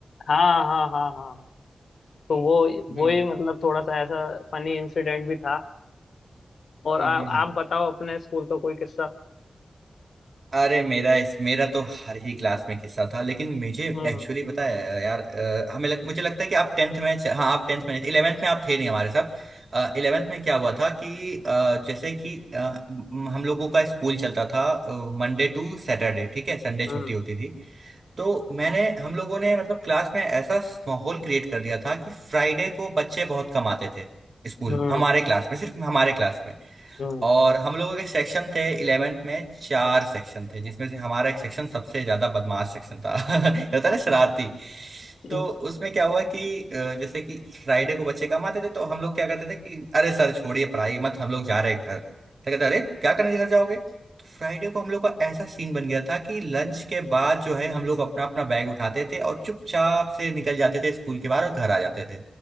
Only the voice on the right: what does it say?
हम्म
हम्म
हम्म,
हम्म।
अरे मेरा इस मेरा तो हर ही क्लास में किस्सा था लेकिन मुझे
एक्चुअली पता है यार अ, हमें लग, मुझे लगता है कि आप टेंथ में च- हाँ आप टेंथ में नहीं, इलेवेंथ में आप थे नहीं हमारे साथ इलेवेंथ में क्या हुआ था कि अ, जैसे कि अ, म- हम लोगों का स्कूल चलता था मंडे टू सैटरडे ठीक है संडे
छुट्टी होती थी तो मैंने हम लोगों ने मतलब क्लास में ऐसा माहौल क्रिएट कर दिया था कि फ्राइडे को बच्चे बहुत कम आते थे स्कूल
हमारे क्लास में सिर्फ हमारे क्लास में
और हम लोगों के सेक्शन थे इलेवेंथ में चार सेक्शन थे जिसमें से हमारा एक सेक्शन सबसे ज्यादा बदमाश सेक्शन था <laughs> ये होता है ना शरारती
तो उसमें क्या हुआ कि अ, जैसे कि फ्राइडे को बच्चे कम आते थे तो हम लोग क्या करते थे कि अरे सर छोड़िए पढ़ाई मत हम लोग जा रहे हैं घर तो कहते अरे क्या करने घर जाओगे तो फ्राइडे को हम लोग का ऐसा सीन बन गया था कि लंच के बाद जो है हम लोग अपना अपना बैग उठाते थे और चुपचाप से निकल जाते थे स्कूल के बाहर और घर आ जाते थे